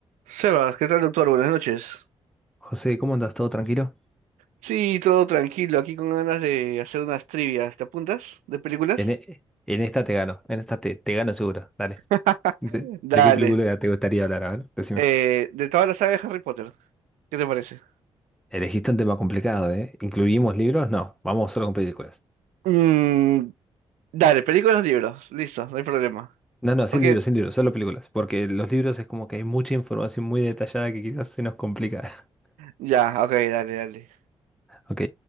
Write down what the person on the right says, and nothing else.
Sebas, ¿qué tal, doctor? Buenas noches.
Sí, todo tranquilo, aquí con ganas de hacer unas trivias. ¿Te apuntas? ¿De películas?
<laughs>
Dale.
Eh, de toda la saga de Harry Potter, ¿qué te parece?
Mm, dale, películas o libros. Listo, no hay problema.
Porque,
ya, ok, dale, dale.